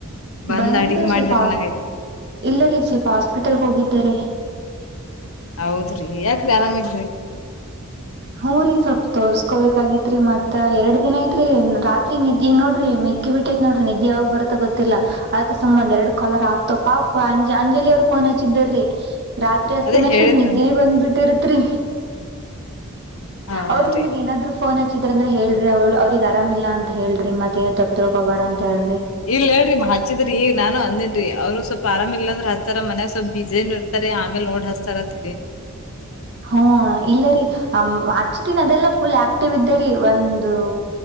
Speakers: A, on the left (about 70°); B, on the right (about 50°).
A: ಬಂದ್
B: ಬಂದು
A: ಅಡ್ಗಿ
B: ಸ್ವಲ್ಪ
A: ಮಾಡಿದ್ರ ನಂಗಯ್ತ
B: ಇಲ್ಲರಿೀ ಸ್ವಲ್ಪ ಹಾಸ್ಪಿಟಲ್ಗೆ ಹೋಗಿದ್ದಿದ್ದಾರಿ
A: ಹೌದ್ರಿ ಯಾಕ ಆರಾಮಿಲ.
B: ಹ್ಞೂ ರೀ ಸ್ವಲ್ಪ ತೋರ್ಸ್ಕೋಬೇಕಾಗಿತ್ರಿ ಮತ್ತತ್ ಎರಡ್ ದಿನ ಐತ್ರಿ ರಾತ್ರಿ ನಿದ್ದೆ ನೋಡ್ರಿ ಮೆಕ್ಕಿ ಬಿಟ್ಟೈತ್ ನೋಡ್ರ ನಿದ್ದೆ. ಾಗ ಬರ್ತಾ ಗೊತ್ತಿಲ್ಲಾ ಅದಕ್ ಸಂಬಂ ಎರಡ್ ಕಾಲರ್ ಆಗ್ತೋ ಪಾ ಅಂಜ ಅಂಜಲಿಿಯ ಅವರು ಫೋನ್ ಹಚ್ಚಿದ್ದರ್ರೀ. <unintelligible> ರಾತ್ರಿ ಅಸ್ತಿನಶನ್
A: ಅದೇ ಹೇಳಿದ್ರಂತ
B: ನ ನಿದ್ದೆನೇ ಬಿಟ್ಟಿರತ್ತೆ ರೀ
A: ಹೌದ್ರಿ
B: ಅವ್ರ ನಿಮಗ್ ನಾದ್ರು ಫೋನ್ ಹಚ್ಚಿದ್ರ ಅಂದ್ರೆ ಹೇಳ್ರಿ ಅವಳ ಅವ್ರಗ್ ಆರಾಮಿಲ್ಲ ಅಂತ ಹೇಳ್ರಿ ಮತ್ತೇನ ತಪ್ಪ ತೊಳ್ಕೊಬೇಡ ಅಂತ ಹೇಳ್ರಿ.
A: ಇಲ್ಲ ಹೇಳ್ರಿ ಹಚ್ಚಿದ್ರಿ ಈಗ ನಾನು ಅಂದೇನ್ರಿ ಅವ್ರು ಸ್ವಲ್ಪ ಆರಾಮ ಇಲ್ಲ ಅಂದ್ರೆ ಹತ್ತತಾರ ಮನ್ಯಾಗ ಸ್ವಲ್ ಬಿಜ ಏನ್ ಇರ್ತಾರೆ ಆಮೇಲೆ ನೋಡ್ ಹಸ್ತಾರತ.
B: ಹ್ಮ ಇಲ್ಲರಿ ಆಚ್ಚ ದಿನ ಅದೆಲ್ಲ ಫುಲ್ ಆಕ್ಟಿವ್ ಇದ್ದರಿ ಒಂದು